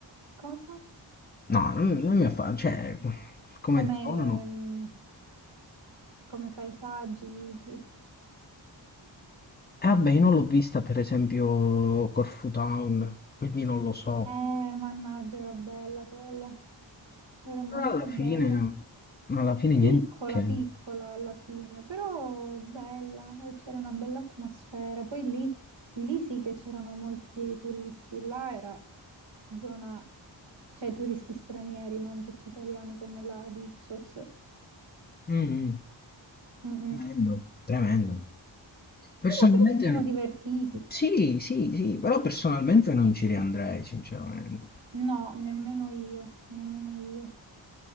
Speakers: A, on the right; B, on the left.
A: Cosa?
B: No, non, non mi ha fatto... Cioè, come
A: Come,
B: zona no.
A: mm, come paesaggi, dici?
B: E vabbè, io non l'ho vista, per esempio, Corfu Town, quindi non lo so.
A: Eh, mannaggia, era bella quella. Era molto
B: Però alla fine...
A: bella.
B: Alla fine
A: Piccola,
B: niente che...
A: piccola alla fine, però bella. eh, C'era una bella atmosfera. Poi lì, lì sì che c'erano molti turisti. Là era zona, cioè turisti stranieri, non tutti italiani come la di Ipsos.
B: Mh-mh.
A: Mm-mm.
B: Tremendo, tremendo. Personalmente
A: Vabbè, però ci siamo divertiti.
B: sì, sì, sì, però personalmente non ci riandrei sinceramente.
A: No, nemmeno io, nemmeno io.